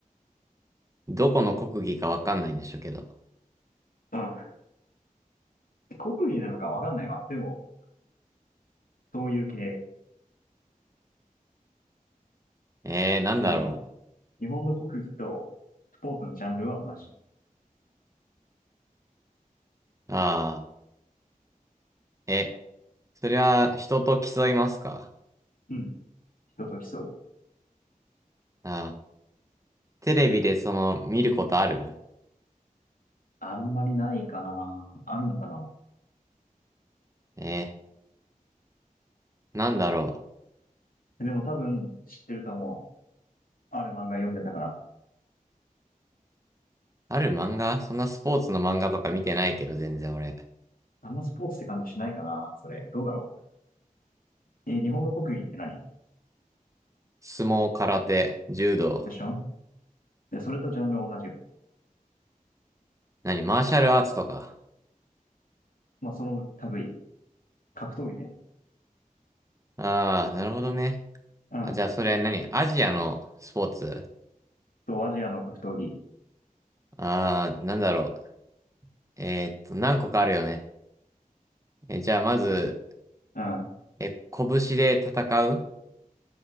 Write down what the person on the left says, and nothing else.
な。うん。国技なのかわかんないわ。でも、どういう系、
なんていうの日本の国技とスポーツのジャンルは同じ。
うん。人と競う。
あんまりないかな。あるのかな。
でも多分知ってると思う。ある漫画読んでたから。
あんまスポーツって感じしないかな。それ。どうだろう。えー日本の国技って何
でしょで、それとジャンルは同じよ。
まあ、その類。格闘技だよね。
うん。
と、アジアの格闘技。
うん。